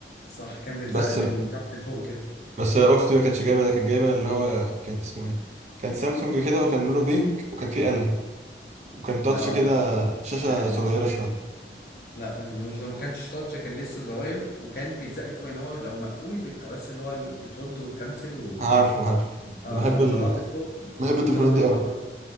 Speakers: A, on the left; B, on the right.
A: صح كان بيتزق
B: بس
A: من تحت لفوق كده
B: بس اختي ما كانتش جايبه ده كانت جايبه اللي هو كان اسمه ايه كان سامسونج كده وكان لونه بينك وكان فيه قلم وكان
A: لا
B: تاتش كده
A: لا لا
B: شاشه
A: ما جبناهوش
B: صغيره شويه
A: لا ما جبناهوش ده ما كانش تاتش كان لسه زراير وكان بيتزق لفوق يعني هو لو مقفول بيبقى بس اللي هو ال- بتود وتكنسل وكده
B: عارفه عارف
A: اه
B: بحب
A: لو
B: ال...
A: طلعت فوق ب-
B: بحب التليفونات
A: بتصغر
B: دي
A: بقى
B: قوي
A: الأرض.